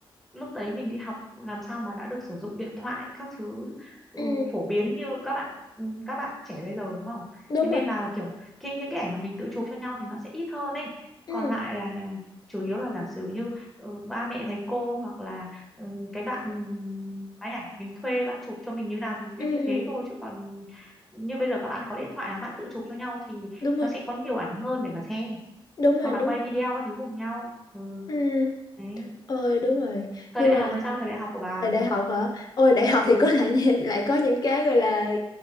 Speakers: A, in the centre; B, on the left.
A: lúc đấy mình đi học làm sao mà đã được sử dụng điện thoại các thứ ừ,
B: ừ
A: phổ biến như các bạn ừ, các bạn trẻ bây giờ đúng không?
B: đúng
A: Thế nên
B: rồi
A: là kiểu khi những cái ảnh mà mình tự chụp cho nhau thì nó sẽ ít hơn ấy.
B: ừ
A: Còn lại là chủ yếu là giả sử như ừ, ba mẹ thầy cô hoặc là ừ, cái bạn máy ảnh mình thuê bạn chụp cho mình như nào thì mình biết
B: ừ
A: như thế thôi chứ còn như bây giờ các bạn có điện thoại là các bạn tự chụp cho nhau thì
B: đúng rồi
A: nó sẽ có nhiều ảnh hơn để mà xem.
B: đúng rồi
A: hoặc là
B: đúng
A: quay video các thứ cùng nhau ừ
B: ừ
A: đấy
B: ôi đúng rồi
A: thời
B: nhưng
A: đại
B: mà
A: học hay sao thời đại học của bà
B: là đại học hả ôi đại học
A: ừ
B: thì có lại <laughs> lại có những cái gọi là